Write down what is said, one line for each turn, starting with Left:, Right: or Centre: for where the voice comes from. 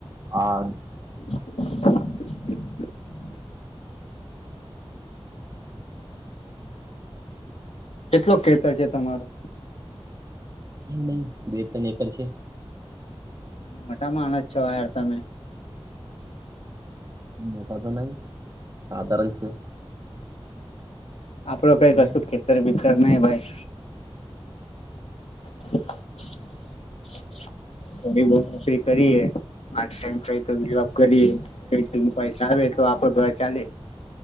Right: આ
Left: <inaudible> કેટલો ખેતર છે તમારો?
Right: નહી બે ત્રણ એકર છે.
Left: મોટા માણસ છો યાર તમે.
Right: મોટા તો નહીં સાધારણ છે.
Left: આપણો કઈ
Right: હવે
Left: કશું ખેતર બી કરના હૈ ભાઈ. <unintelligible> <unintelligible> નરી કરીએ આ <unintelligible> જોબ કરીએ કઈ તો પૈસા આવે તો આપડો ઘર ચાલે.